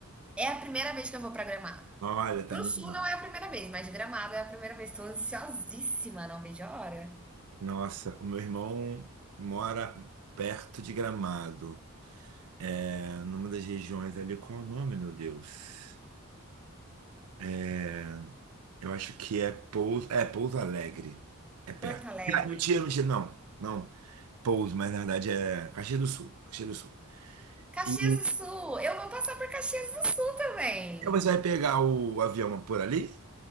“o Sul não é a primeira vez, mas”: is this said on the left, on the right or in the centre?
Centre